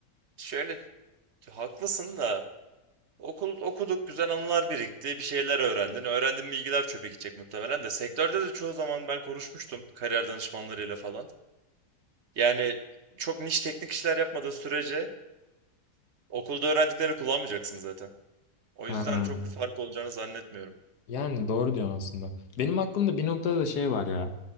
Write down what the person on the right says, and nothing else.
şöyle haklısın da okul okuduk, güzel anılar birikti, bir şeyler öğrendin. Öğrendiğin bilgiler çöpe gidecek muhtemelen de. Sektörde de çoğu zaman ben konuşmuştum kariyer danışmanlarıyla falan. Yani çok niş teknik işler yapmadığın sürece okulda öğrendiklerini kullanmayacaksın zaten. O
yüzden çok bir fark olacağını zannetmiyorum.